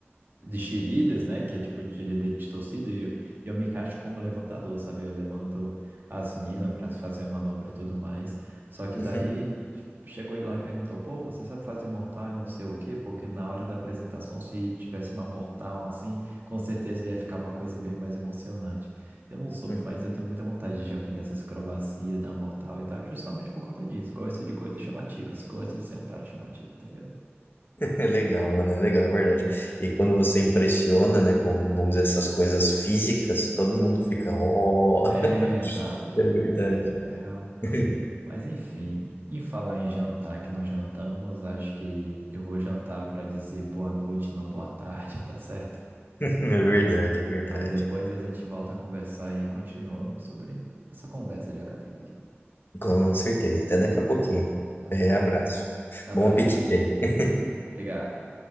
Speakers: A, on the right; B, on the left.
A: de cheerleaders, né? Que é tipo de líder de torcida, e eu, e eu me encaixo como levantador, sabe? Eu levanto as minas para fazer a manobra e tudo mais. Só que
B: Uhum.
A: daí tipo, chegou ele lá e perguntou: pô, você sabe fazer mortal e não sei o quê? Porque na hora da apresentação, se tivesse uma mortal assim, com certeza ia ficar uma coisa bem mais emocionante. Eu não soube,
B: <laughs>
A: mas eu tenho muita vontade de aprender essas acrobacias da mortal e tal, justamente por conta disso. Gosto de coisas chamativas, gosto de ser um cara chamativo, tá ligado?
B: É legal, mano, é legal, é verdade. E quando você impressiona, né, com, vamos dizer, essas coisas físicas, todo mundo fica, oh,
A: É,
B: <laughs>
A: exato. Oh,
B: é verdade.
A: legal.
B: <laughs>
A: Mas enfim, em falar em jantar que não jantamos, acho que eu vou jantar para dizer boa noite, não boa tarde, <laughs> tá certo?
B: É verdade,
A: Mas,
B: é verdade.
A: mas depois a gente volta a conversar e continuamos sobre essa conversa de academia.
B: Com certeza. Até daqui a pouquinho.
A: Até.
B: É, abraço.
A: Abraço.
B: Bom apetite aí.
A: Obrigado.